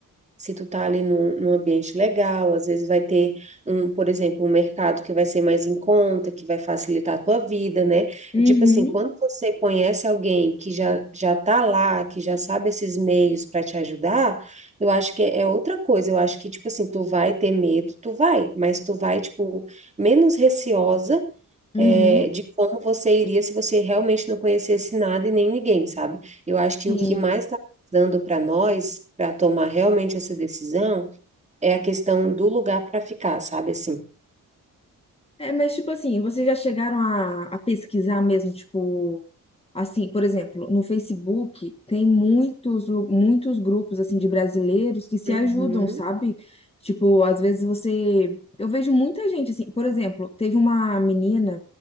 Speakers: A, on the right; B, on the left.
A: se tu tá ali num, num ambiente legal, às vezes vai ter um, por exemplo, um mercado que vai ser mais em conta, que vai facilitar a tua vida, né?
B: Uhum.
A: E, tipo assim, quando você conhece alguém que já já tá lá, que já sabe esses meios para te ajudar, eu acho que é é outra coisa. Eu acho que tipo assim, tu vai ter medo, tu vai, mas tu vai tipo menos receosa
B: Uhum.
A: é, de como você iria se você realmente não conhecesse nada e nem ninguém, sabe? Eu acho que
B: Sim.
A: o que mais está dando para nós, para tomar realmente essa decisão, é a questão do lugar para ficar, sabe assim?
B: É, mas tipo assim, vocês já chegaram a, a pesquisar mesmo, tipo, assim, por exemplo, no Facebook tem muitos, lu- muitos grupos, assim, de brasileiros que se
A: Uhum.
B: ajudam, sabe? Tipo, às vezes você... Eu vejo muita gente, assim, por exemplo, teve uma menina